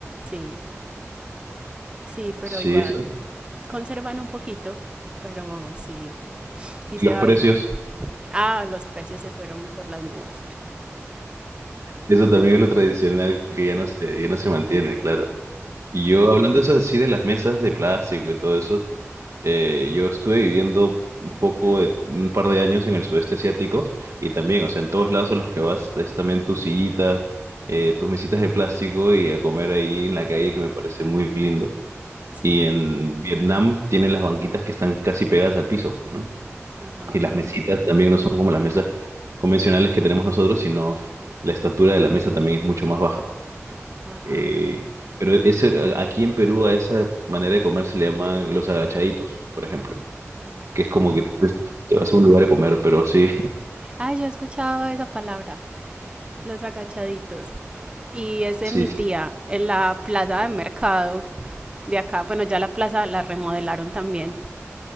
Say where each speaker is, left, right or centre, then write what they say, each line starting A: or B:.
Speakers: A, on the right; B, on the right.
A: Sí, sí, pero
B: Sí,
A: igual
B: eso.
A: conservan un poquito, pero sí, sí
B: Y
A: se
B: los
A: va
B: precios,
A: viendo. Ah, los precios se fueron por las nubes.
B: eso también es lo tradicional que ya no se, ya no se mantiene, claro. Y yo hablando eso así de las mesas de plástico y todo eso, eh, yo estuve viviendo un poco de un par de años en el sudeste asiático y también, o sea, en todos lados a los que vas es también tu sillita, eh, tus mesitas de plástico y a
A: <laughs>
B: comer ahí en la calle que me parece muy lindo.
A: Sí,
B: Y en Vietnam tienen las banquitas que están casi pegadas al piso, pues, ¿no?
A: ajá,
B: Y las mesitas también no son como las mesas convencionales que tenemos nosotros, sino la estatura de la mesa también es mucho más baja.
A: ajá.
B: Eh, pero ese, a- aquí en Perú a esa manera de comer se le llaman los agachaditos, por ejemplo,
A: los aga-
B: que es como que pues, te vas a un lugar a comer, pero sí,
A: Ah, yo he escuchado esa palabra, los agachaditos. Y
B: <laughs>
A: es de mi
B: sí,
A: tía, en la plaza de mercado de acá. Bueno, ya la plaza la remodelaron también.